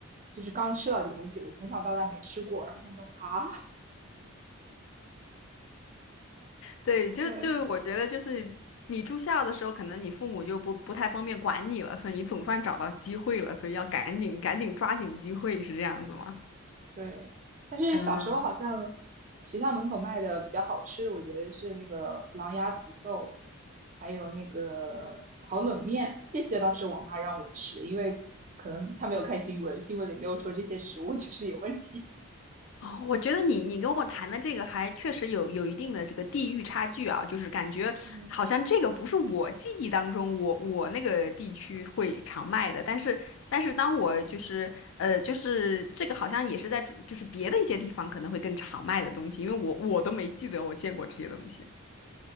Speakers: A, on the right; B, on the left.
A: 就是刚吃到这个东西，我从小到大没吃过，然后他们都啊，
B: 对，就就我觉得就是你住校的时候，
A: <laughs> 对，
B: 可能你父母就不不太方便管你了，所以你总算找到机会了，所以要赶紧赶紧抓紧机会，是这样子吗？
A: 对，但是小时候好像
B: 嗯，
A: 学校门口卖的比较好吃的，我觉得是那个狼牙土豆，还有那个烤冷面，这些倒是我妈让我吃，因为可能她没有看新闻，新闻里没有说这些食物就是有问题。
B: 哦，我觉得你你跟我谈的这个还确实有有一定的这个地域差距啊，就是感觉好像这个不是我记忆当中我我那个地区会常卖的，
A: 嗯，
B: 但是但是当我就是呃就是这个好像也是在就是别的一些地方可能会更常卖的东西，因为我我都没记得我见过这些东西。